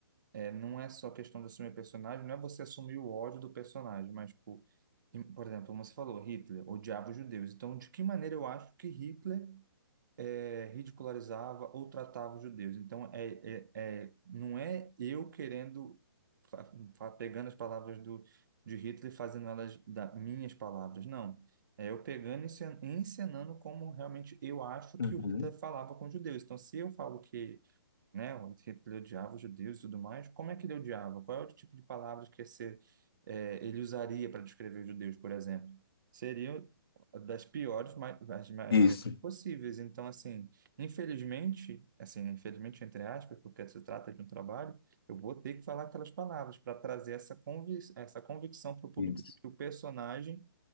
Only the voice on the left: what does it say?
Uhum.
Isso,
isso,